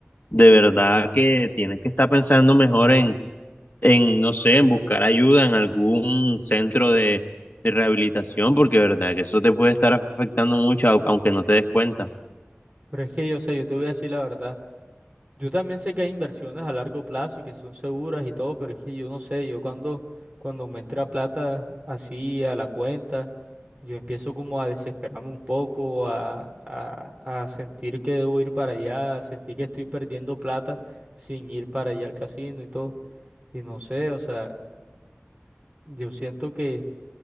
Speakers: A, on the left; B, on the right.
A: de verdad que tienes que estar pensando mejor en en, no sé, en buscar ayuda en algún centro de, de rehabilitación, porque de verdad que eso te puede estar afectando mucho, au- aunque no te des cuenta.
B: Pero es que yo sé, yo te voy a decir la verdad. Yo también sé que hay inversiones a largo plazo y que son seguras y todo, pero es que yo no sé, yo cuando, cuando me entra plata así a la cuenta, yo empiezo como a desesperarme un poco, a, a, a sentir que debo ir para allá, a sentir que estoy perdiendo plata sin ir para allá al casino y todo. Y no sé, o sea, yo siento que